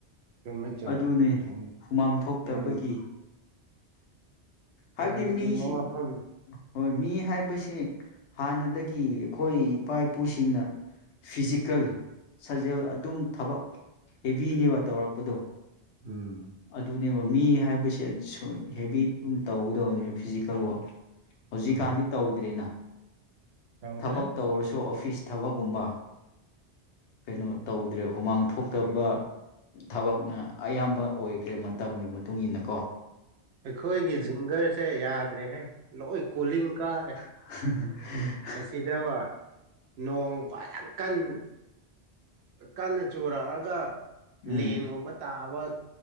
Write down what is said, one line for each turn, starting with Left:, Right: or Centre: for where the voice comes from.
Right: ꯆꯨꯝꯃꯦ ꯆꯨꯝꯃꯦ
Left: ꯑꯗꯨꯅꯤ
Right: ꯌꯥꯝ
Left: ꯍꯨꯃꯥꯡ ꯊꯣꯛꯇꯕꯒꯤ
Right: ꯌꯥꯝ
Left: ꯍꯥꯏꯕꯗꯤ
Right: ꯌꯥꯝꯅ
Left: ꯃꯤꯁꯤ
Right: ꯆꯨꯝꯕ ꯋꯥꯐꯝ
Left: ꯍꯣꯏ ꯃꯤ ꯍꯥꯏꯕꯁꯤ ꯍꯥꯟꯅꯗꯒꯤ ꯑꯩꯈꯣꯏ ꯏꯄꯥ ꯏꯄꯨꯁꯤꯡꯅ ꯐꯤꯖꯤꯀꯦꯜ ꯁꯥꯖꯦꯜ ꯑꯗꯨꯝ ꯊꯕꯛ ꯍꯦꯕꯤꯅꯦꯕ ꯇꯧꯔꯛꯄꯗꯣ
Right: ꯎꯝ
Left: ꯑꯗꯨꯅꯦꯕ ꯃꯤ ꯍꯥꯏꯕꯁꯦ ꯁꯨꯝ ꯍꯦꯕꯤ ꯑꯗꯨꯝ ꯇꯧꯒꯗꯕꯅꯦꯕ ꯐꯤꯖꯤꯀꯦꯜ ꯋꯛ ꯍꯨꯖꯤꯛꯀꯥꯟꯗꯤ
Right: ꯎꯝ
Left: ꯇꯧꯗ꯭ꯔꯦꯅ
Right: ꯇꯧꯗ꯭ꯔꯦ
Left: ꯊꯕꯛ ꯇꯧꯔꯁꯨ ꯑꯣꯐꯤꯁ ꯊꯕꯛꯀꯨꯝꯕ ꯀꯩꯅꯣ ꯇꯧꯗ꯭ꯔꯦ ꯍꯨꯃꯥꯡ ꯊꯣꯛꯇꯕ ꯊꯕꯛꯅ ꯑꯌꯥꯝꯕ ꯑꯣꯏꯈ꯭ꯔꯦ ꯃꯇꯝꯒꯤ ꯃꯇꯨꯡ ꯏꯟꯅ ꯀꯣ
Right: ꯑꯩꯈꯣꯏꯒꯤ ꯖꯤꯡꯒꯔꯁꯦ ꯌꯥꯗ꯭ꯔꯦꯍꯦ ꯂꯣꯏ ꯀꯣꯂꯤꯡ ꯀꯥꯔꯦ
Left: <unintelligible>
Right: ꯑꯁꯤꯗꯕ ꯅꯣꯡ ꯐꯖꯟ ꯀꯟꯅ ꯀꯟꯅ ꯆꯨꯔꯛꯑꯒ
Left: ꯎꯝ
Right: ꯂꯦꯟꯒꯨꯝꯕ ꯇꯥꯕ